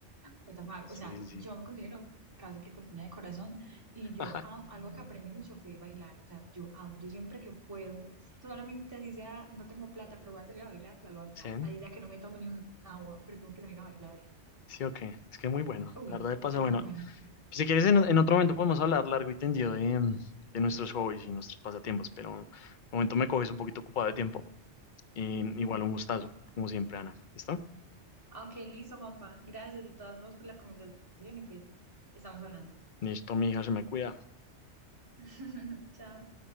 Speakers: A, on the right; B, on the left.
A: What the fuck?
B: Sí,
A: O sea,
B: sí, sí.
A: yo me considero casi que cocina de corazón y yo
B: <laughs>
A: am- algo que aprendí mucho fue bailar. O sea, yo amo, yo siempre que puedo, solamente así sea, no tengo plata, pero voy a salir a bailar, salgo a bailar.
B: Sí,
A: Ahí ya que no me tomo ni un agua, pero tengo que salir a bailar.
B: sí, ok. Es que muy bueno.
A: Uy,
B: La verdad, de paso,
A: es
B: bueno.
A: muy bueno.
B: Si quieres, en, en otro momento podemos hablar largo y tendido de, mm, de nuestros hobbies y nuestros pasatiempos, pero de momento me coges un poquito ocupado de tiempo. Y igual un gustazo, como siempre, Ana. ¿Listo?
A: Ah, Ok, listo, Juanpa. Gracias de todas formas por la conversación y pues estamos hablando.
B: Listo, mi hija, se me cuida.
A: <laughs> Chao.